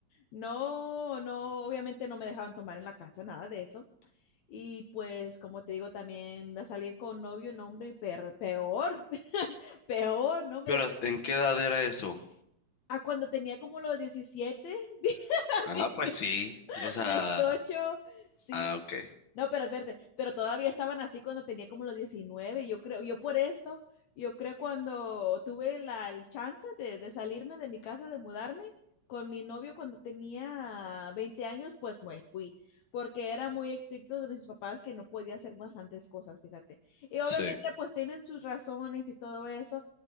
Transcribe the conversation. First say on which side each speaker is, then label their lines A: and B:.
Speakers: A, on the left; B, on the left.
A: No, no, obviamente no me dejaban tomar en la casa, nada de eso. Y pues, como te digo, también a salir con novio, nombre, y per- peor, <laughs> peor, nombre.
B: Pero ¿hasta- ¿en qué edad era eso?
A: A cuando tenía como los diecisiete <laughs>
B: Ah, pues sí. O sea,
A: dieciocho sí,
B: ah, ok.
A: No, pero espérate, pero todavía estaban así cuando tenía como los diecinueve. yo creo, yo por eso, yo creo cuando tuve la el chance de, de salirme de mi casa, de mudarme con mi novio cuando tenía 20 años, pues me fui, porque era muy estricto de mis papás que no podía hacer bastantes cosas, fíjate. Y obviamente
B: Sí.
A: pues tienen sus razones y todo eso,